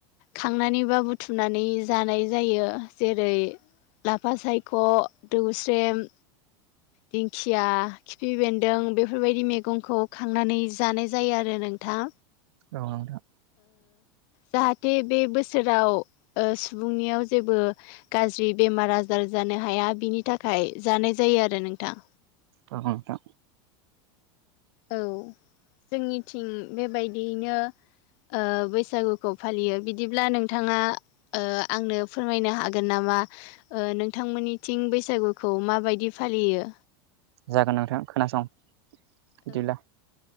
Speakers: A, on the left; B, on the right.
A: खांनानै बा बुथुमनानै जानाय जायो जेरै लाफा सायख' दौस्रेम दिंखिया खिफि बेन्दों बेफोरबायदि मैगंखौ खांनानै जानाय जायो आरो नों थां
B: औ नोंथां।
A: जाहाथे बे बोसोराव ओ सुबुंनियाव जेबो गाज्रि बेमार आजार जानो हाया बिनि थाखाय जानाय जायो आरो नोंथां।
B: औ नोंथां।
A: औ जोंनिथिं बेबायदियैनो ओ बैसागुखौ फालियो बिदिब्ला नोंथाङा ओ आंनो फोरमायनो हागोन नामा ओ नोंथांमोननिथिं बैसागुखौ माबायदि फालियो?
B: जागोन नोंथां खोनासं। बिदिब्ला
A: औ